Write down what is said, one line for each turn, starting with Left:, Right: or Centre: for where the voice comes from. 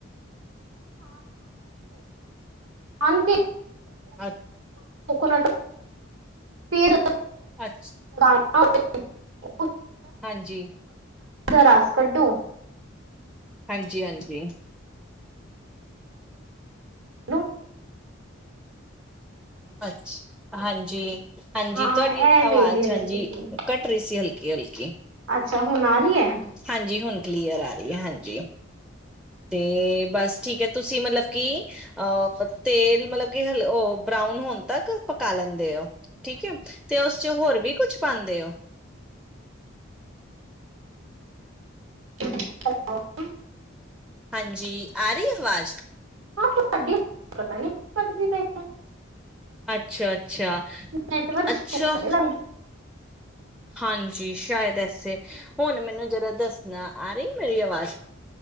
Right: ਸ਼ ਗ।
Centre: ਅੱ <inaudible> <inaudible>
Right: ਕੋਕੋਨਟ ਫਰ
Centre: ਅੱਛਾ।
Right: ਹਾਂ
Centre: ਹਾਂਜੀ।
Right: ਦਾ ਰਸ ਕੱਢੋ।
Centre: ਹਾਂਜੀ ਹਾਂਜੀ।
Right: ਹੈ।
Centre: ਅੱਛ ਹਾਂਜੀ। ਹਾਂਜੀ
Right: ਹਾਂ
Centre: ਤੁਹਾਡੀ
Right: ਇਹ
Centre: ਆਵਾਜ਼
Right: ਮੇਰੀ ਰੈਸਪੀ
Centre: ਹਾਂਜੀ ਘਟ ਰਹੀ ਸੀ ਹਲਕੀ ਹਲਕੀ।
Right: ਚਾਹੁ ਨਾਰੀ ਹੈ।
Centre: ਹਾਂਜੀ ਹੁਣ ਕਲੀਅਰ ਆ ਰਹੀ ਹੈ ਹਾਂਜੀ। ਤੇ ਬਸ ਠੀਕ ਹੈ ਤੁਸੀਂ ਮਤਲਬ ਕਿ ਅਹ ਤੇਲ ਮਤਲਬ ਕਿ ਹਲ ਉਹ। ਬਰਾਊਨ ਹੋਣ ਤੱਕ ਪਕਾ ਲੈਂਦੇ ਹੋ। ਠੀਕ ਹੈ ਤੇ ਉਸ ਚ ਹੋਰ ਵੀ ਕੁਛ ਪਾਉਂਦੇ ਹੋ।
Right: <inaudible> <unintelligible> <inaudible> <unintelligible>
Centre: ਹਾਂਜੀ ਆ ਰਹੀ ਆਵਾਜ਼
Right: ਸਾਡੀ ਪਤਾ ਨੀ। ਪਕ ਦੀ ਪਈ ਆ।
Centre: ਅੱਛਾ ਅੱਛਾ
Right: ਨੈਟਵਰਕ
Centre: ਅੱਛਾ
Right: ਸ਼ੁਰੂ ਲੱਗ
Centre: ਹਾਂਜੀ। ਜੀ ਸ਼ਾਇਦ ਐਸੇ ਹੁਣ ਮੈਨੂੰ ਜਦ ਦੱਸਣਾ ਆ ਰਹੀ ਮੇਰੀ ਆਵਾਜ਼।